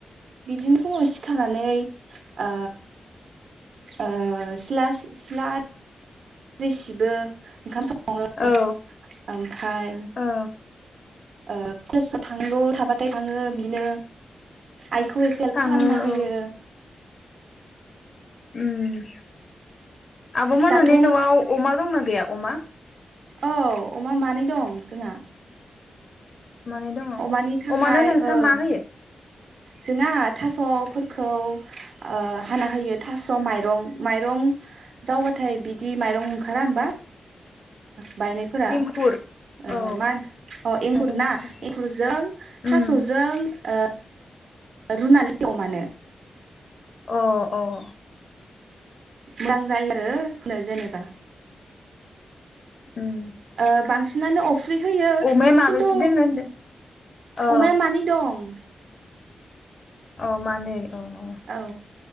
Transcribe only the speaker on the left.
औ
औ
थाङो
औ उम्म। आब'मोनहानि
न'आव अमा दंना गैया? अमा
मानै दङ
अमानो नोंस्रा
मा होयो?
इंखुर
औ
माइरं
इंखुर
उम
अह अह।
उम
अमाया माबेसे
दोङो होनदों अ
अह मानै। अ अ